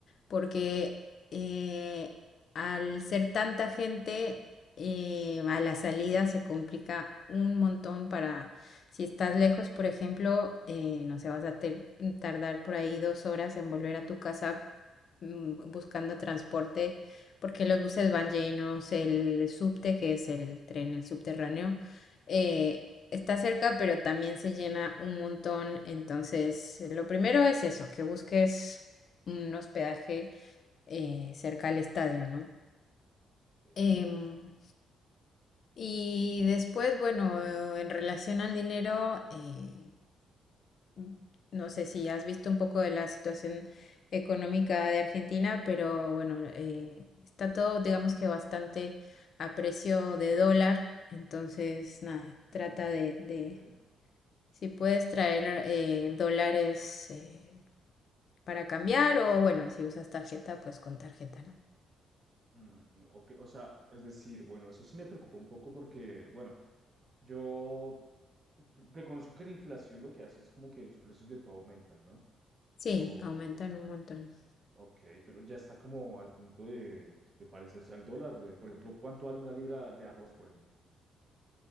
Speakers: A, on the left; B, on the right.
A: Porque eh, al ser tanta gente, eh, a la salida se complica un montón para, si estás lejos, por ejemplo, eh, no sé, vas a ter- tardar por ahí dos horas en volver a tu casa mm, buscando transporte, porque los buses van llenos, el subte, que es el tren, el subterráneo, eh, está cerca, pero también se llena un montón. Entonces, lo primero es eso, que busques un hospedaje eh, cerca al estadio, ¿no?
B: ok.
A: Em, y después, bueno, en relación al dinero, eh, mm, No sé si has visto un poco de la situación económica de Argentina, pero bueno, eh, está todo, digamos que bastante a precio de dólar. Entonces, nada, trata
B: Mm,
A: de, de
B: ok.
A: si puedes traer eh, dólares eh, para cambiar o bueno, si usas tarjeta, pues con tarjeta, ¿no?
B: Mm, no, ok, O sea, es decir, bueno, eso sí me preocupa un poco porque, bueno, yo reconozco que la inflación lo que hace es como que los precios de todo aumentan, ¿no?
A: Sí,
B: Pero,
A: aumentan un montón.
B: ok, pero ya está como al punto de, de parecerse al dólar. Le- Por ejemplo, ¿cuánto vale una libra de arroz, por ejemplo?